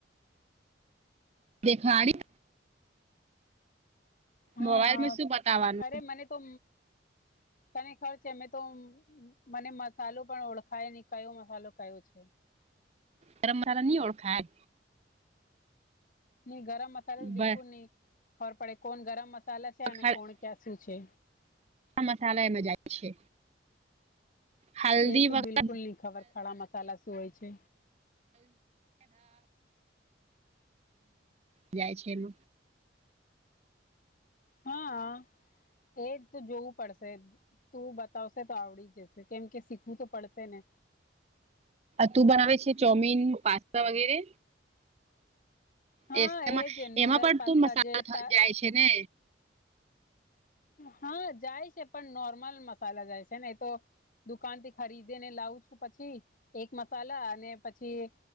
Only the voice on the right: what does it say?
દેખડી
મોબાઈલ માં શું બતાવવાનું
ગરમ મસાલા નની ઓળખાય
બ
ખડા
મસાલા એ મજ જાય છે હલ્દી
વગેરે
જાય છે એ
તું બનાવે છે ચોમીન પાસ્તા વગેરે
એ
એમાં
એમાં પણ
તું મસાલો
થ
જાય છે ને